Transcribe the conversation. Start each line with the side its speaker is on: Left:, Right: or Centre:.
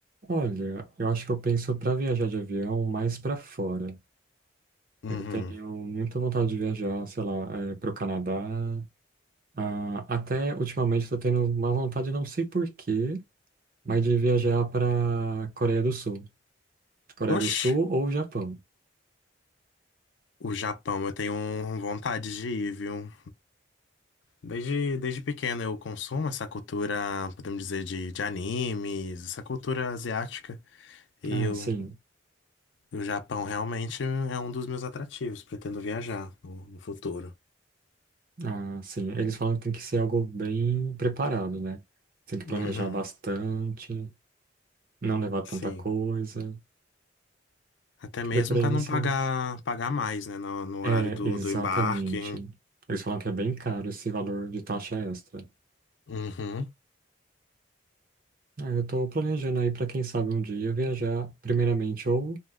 Right: olha, eu acho que eu penso pra viajar de avião mais pra fora.
Left: Uhum.
Right: Eu tenho muita vontade de viajar, sei lá, é, pro Canadá. Ah, até ultimamente tô tendo uma vontade, não sei por quê, mas de viajar pra Coreia do Sul. Coreia
Left: Oxe,
Right: do Sul ou Japão.
Left: o Japão, eu tenho vontade de ir, viu? Desde, desde pequeno eu consumo essa cultura, podemos dizer, de, de animes, essa cultura asiática. E
Right: Ah,
Left: eu,
Right: sim.
Left: O Japão realmente é um dos meus atrativos. Pretendo viajar no, no futuro.
Right: Ah, sim. Eles falam que tem que ser algo bem preparado, né? Tem que
Left: Uhum,
Right: planejar bastante. não levar tanta
Left: sim.
Right: coisa,
Left: Até mesmo
Right: de preferência.
Left: para não pagar pagar mais, né? No, no
Right: É,
Left: horário do,
Right: exatamente.
Left: do embarque.
Right: Eles falam que é bem caro esse valor de taxa extra.
Left: Uhum,
Right: Ah, eu estou planejando aí para quem sabe um dia viajar primeiramente ou